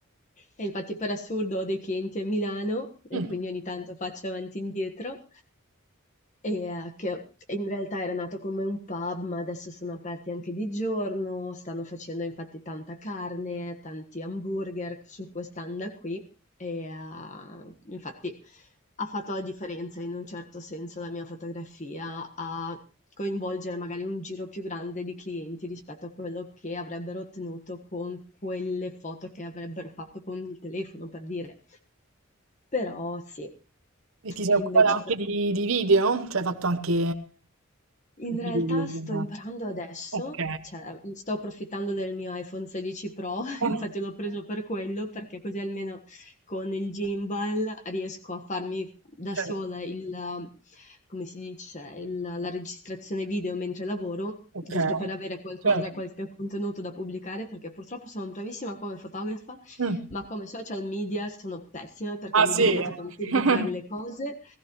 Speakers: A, on the left; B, on the right.
A: E infatti per assurdo ho dei clienti a Milano e
B: Mm.
A: quindi ogni tanto faccio avanti e indietro. E, eh, che in realtà era nato come un pub, ma adesso sono aperti anche di giorno, stanno facendo infatti tanta carne, tanti hamburger su quest'anda qui. E eh, infatti ha fatto la differenza in un certo senso la mia fotografia a coinvolgere magari un giro più grande di clienti rispetto a quello che avrebbero ottenuto con quelle foto che avrebbero fatto con il telefono, per dire. Però sì,
B: E ti sei
A: e
B: occupata
A: invece
B: anche
A: per
B: di, di video? Cioè hai fatto anche
A: in
B: video
A: realtà sto
B: per...
A: imparando adesso,
B: Ok.
A: cioè mh, sto approfittando del mio iPhone 16 Pro, <laughs>
B: Ah,
A: infatti l'ho preso per quello, perché così almeno con il gimbal riesco a farmi da
B: certo.
A: sola il, come si dice, il- la registrazione video mentre lavoro,
B: Ok,
A: giusto per avere qualcosa,
B: certo.
A: qualche contenuto da pubblicare, perché purtroppo sono bravissima come fotografa,
B: Mm.
A: ma come social media sono pessima perché
B: Ah
A: mi
B: sì,
A: dimentico di
B: <laughs>
A: pubblicare le cose